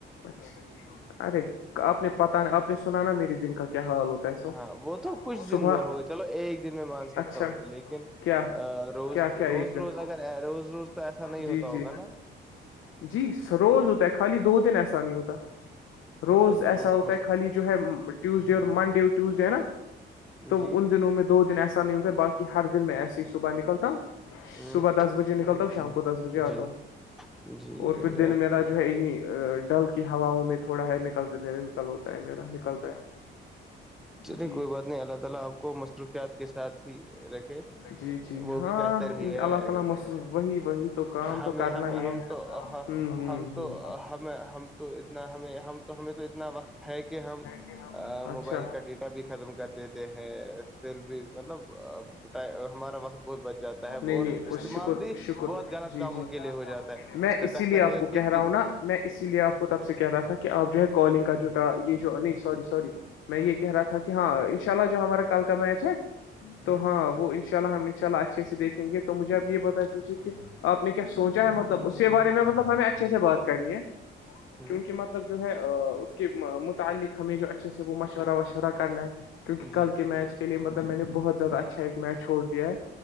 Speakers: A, on the left; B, in the centre.
A: چ ارے آپ نے پتا آپ نے سنانا میرے دن کا کیا حال ہوتا ہے اس وقت
B: ہاں وہ تو کچھ
A: صبح
B: دن میں ہو چلو ایک دن میں مان سکتا
A: اچھا
B: ہوں لیکن لیکن
A: کیا
B: ا روز
A: کیا کیا
B: روز
A: ایک دن
B: روز اگر روز روز تو ایسا نہیں
A: جی
B: ہوتا
A: جی
B: ہوگا نا
A: جی روز ہوتا ہے خالی دو دن ایسا نہیں ہوتا روز
B: مطلب
A: ایسا ہوتا
B: تھوڑی
A: ہے خالی جو ہے ٹیوزڈے اور منڈے اور ٹیوزڈے نا تو
B: جی
A: ان دنوں میں دو دن ایسا نہیں ہوتا ہے باقی کہ ہر دن میں ایسے ہی صبح نکلتا ہوں
B: ہ
A: صبح دس بجے نکلتا
B: جی
A: ہوں شام
B: جی
A: کو دس بجے آتا
B: جی
A: ہوں
B: جی
A: اور پھر دن
B: اچھا
A: میرا جو ہے انہنی ڈل کہ ہواؤں میں تھوڑا ہے نکل نکل ہوتا ہے میرا نکلتا ہے
B: چلیے
A: جی
B: کوئی بات نہیں اللہ تعالا آپ کو مصروفیات کے ساتھ ہی رکھے
A: جی جی
B: وہ
A: ہاں
B: بھی بہتر ہی ہے
A: اللہ تعالی مصروف وہی وہی تو کام
B: ہم
A: تو کرنا
B: ہم
A: ہی ہے
B: ہم
A: ہوں
B: تو
A: ہوں
B: ہم تو
A: ہوں ہوں
B: ہمیں ہم تو اتنا ہمیں ہم تو ہمیں تو اتنا وقت ہے کہ ہم
A: کہ
B: موبائل کا ڈیٹا بھی ختم کر دیتے ہیں پھر بھی مطلب ہمارا وقت بہت بچ جاتا ہے
A: نہیں
B: اور
A: نہیں
B: استعمال
A: اس شکر
B: بھی
A: شکر
B: بہت غلط
A: جی
B: کاموں
A: جی
B: کے لیے ہو جاتا
A: میں
B: اس سے
A: اسی
B: بہتر
A: لیے آپ
B: ہے
A: کو
B: کہ
A: کہہ رہا
B: کن
A: ہوں نا میں اسی لیے آپ کو تب سے کہہ رہا تھا کہ آپ جو ہے کالنگ کا جٹا یہ جو نہیں سوری سوری میں یہ کہہ رہا تھا کہ ہاں ان شاء اللہ جو ہمارا کل کا میچ ہے تو
B: ہ
A: ہاں وہ ان شاء اللہ ہم ان شاء اللہ اچھے سے دیکھیں گے تو مجھے آپ یہ بتا دیجیے کہ آپ نے کیا سوچا ہے مطلب اس کے بارے میں مطلب ہمیں اچھے سے بات کرنی ہے
B: ہ
A: کیونکہ مطلب مطلب جو ہے اس کے متعلق ہمیں جو اچھے سے وہ مشورہ وشورہ کرنا ہے کیونکہ
B: جی
A: کل کے
B: صحیح
A: میچ
B: بات
A: کے لیے مطلب میں نے بہت زیادہ اچھا ایک میچ چھوڑ دیا ہے